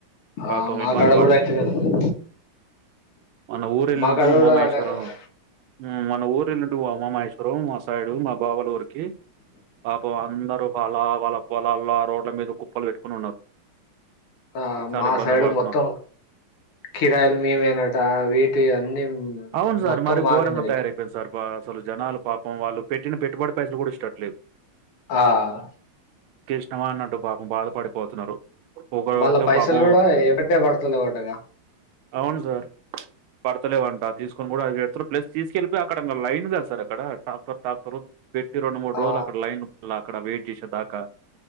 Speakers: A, on the left; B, on the right.
A: ఆ
B: పాపం
A: మాకాడ
B: ఇబ్బంది
A: కూడా అట్లే ఉంది
B: మొన్న ఊరెళ్ళుంటి
A: మాకాడ
B: ఉమామహేశ్వరం
A: కూడా అలానే ఉంది
B: ఉమ్మ్ మొన్న ఊరేళ్ళుంటి ఉమా మహేశ్వరం మా సైడు మా బావ వాళ్ళ ఊరికి పాపం అందరూ అలా వాళ్ల వాళ్ళల్ల రోడ్ల మీద కుప్పలు పెట్టుకోని ఉన్నారు
A: ఆ
B: చాలా
A: మా
B: ఇబ్బంది
A: సైడు
B: పడుతున్నాం
A: మొత్తం కిరాయిలు మేమే నడ్ దా వీటి అన్ని
B: అవును సార్
A: మొత్తం
B: మరి
A: మా
B: ఘోరంగా
A: మిద్నే
B: తయారైపోయింది
A: తీపిత్
B: సార్ బా అసలు జనాలు పాపం వాళ్ళు పెట్టిన పెట్టుబడి పైసలు కూడా ఇష్టట్టులేవ్
A: ఆహ్
B: ఇష్టమా అన్నట్టు పాపం బాధపడిపోతున్నారు ఒక్క
A: మళ్ళా
B: ఐతే
A: పైసలు
B: పాపం
A: కూడా ఏమంటే పడతలేవటగా
B: అవును సార్ పడతలేవంట తీసుకొని కూడా అది ప్లేస్ తీసుకెళ్లిపోయి అక్కడ లైన్ కదా సార్ అక్కడ టక్టర్ టాక్టర్ పెట్ టి రెండు మూడు
A: ఆ
B: రోజులు అక్కడ లైను అక్కడ వెయిట్ చేసే దాకా